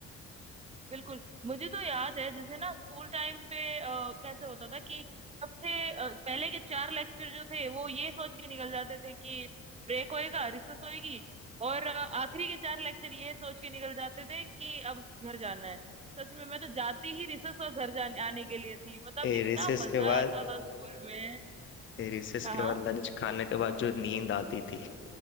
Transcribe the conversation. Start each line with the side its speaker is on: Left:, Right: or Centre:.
Right: बिल्कुल मुझे तो याद है जैसे ना स्कूल टाइम पे अ, कैसे होता था कि सबसे अ, पहले के चार लेक्चर जो थे वो ये सोच के निकल जाते थे कि ब्रेक होएगा रिसेस होएगी और अ, आखिरी के चार लेक्चर ये सोच के निकल जाते थे कि अब घर जाना है सच में मैं तो जाती ही रिसेस और घर जाने आने के लिए थी मतलब
Left: ए,
Right: इतना
Left: recess
Right: मजा
Left: के बाद
Right: आता था स्कूल में
Left: ए, रिसेस
Right: हाँ
Left: के बाद लंच खाने के बाद जो नींद आती थी